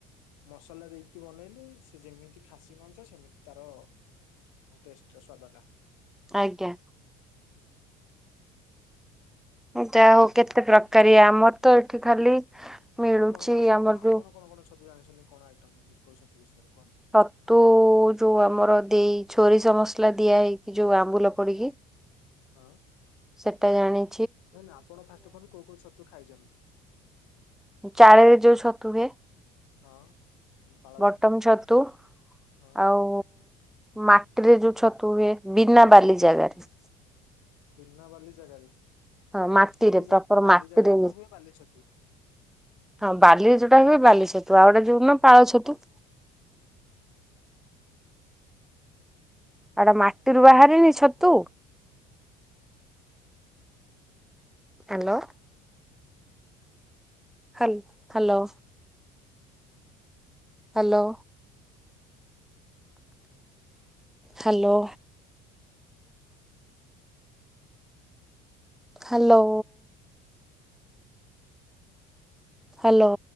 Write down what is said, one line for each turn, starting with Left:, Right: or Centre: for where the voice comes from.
Left: ମସଲା ଦେଇକି ବନେଇଲେ ସେ ଯେମିତି ଖାସି ମାଂସ ସେମିତି ତାର ଟେଷ୍ଟ୍ ର ସ୍ଵାଦ ଟା
Centre: ଆଜ୍ଞା। ଏଟା ହଉ କେତେ ପ୍ରକାରିଆ ଆମର ତ ଏଠି ଖାଲି ମିଳୁଛି
Left: ଆଉ କଣ କଣ ଛତୁ
Centre: ଆମର
Left: ଆପଣ
Centre: ଯୋଉ
Left: କଣ କଣ ଛତୁ ଜାଣିଛନ୍ତି, କଣ ଆଇଟମ ବିଷୟରେ କୋଉ ଛତୁ ବିଷୟରେ କୁହନ୍ତୁ
Centre: ଛତୁ ଯୋଉ ଆମର ଦେଇ ଛୋରିସ ମସଲା ଦିଆ ହେଇକି, ଯୋଉ ଆମ୍ବୁଲ ପଡିକି
Left: ହଁ।
Centre: ସେଟା ଜାଣି
Left: ନାଇଁ ନାଇଁ ଆପଣ ଫାଷ୍ଟ ଅଫ୍ ଅଲ୍ କୋଉ କୋଉ ଛତୁ ଖାଇଛନ୍ତି
Centre: ଚାଳେରେ ଯୋଉ ଛତୁ ହୁଏ
Left: ହଁ। ଉଁ, ପାଳ
Centre: ବଟମ ଛତୁ
Left: ହଁ
Centre: ଆଉ ମାଟିରେ ଯୋଉ ଛତୁ ହୁଏ ବିନା ବାଲି ଜାଗାରେ
Left: ବିନା ବାଲି ଜାଗାରେ
Centre: ହଁ ମାଟିରେ,
Left: ବାଲି ଜା
Centre: ପ୍ରପର
Left: ବାଲି
Centre: ମାଟିରେ
Left: ଜାଗାରେ ତ ହୁଏ ବାଲି ଛତୁ।
Centre: ହଁ ବାଲିରେ ଯୋଉଟା ହୁଏ। ବାଲି ଛତୁ ଆଉ ଗୋଟେ ଯୋଉ ନା ପାଳ ଛତୁ ଆଡ ମାଟିରୁ ବାହାରନି ଛତୁ ହାଲୋ। ହ hello. Hello. Hello. Hello. Hello.